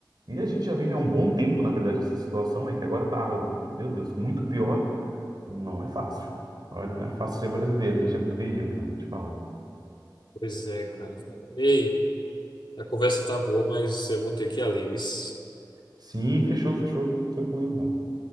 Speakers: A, on the right; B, on the left.
A: e a gente já vive há um bom tempo, na verdade, essa situação, é que agora tá, meu Deus, muito pior. Não é fácil. Olha, não é fácil ser brasileiro, a gente é muito guerreiro, cara, vou te falar.
B: Pois é, cara. Ei, a conversa tá boa, mas eu vou ter que ir ali, vis.
A: Sim, fechou, fechou. Tranquilo, Rafa.